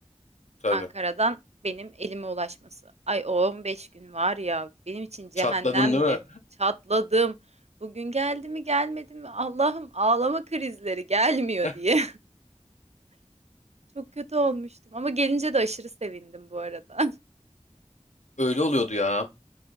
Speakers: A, on the left; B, on the right.
A: Tabii.
B: Ankara'dan benim elime ulaşması. Ay o 15 gün var ya benim için cehennemdi.
A: Çatladın değil mi?
B: Çatladım. Bugün geldi mi gelmedi mi Allah'ım ağlama krizleri gelmiyor
A: <laughs>
B: diye. Çok kötü olmuştum ama gelince de aşırı sevindim bu arada.
A: Öyle oluyordu ya.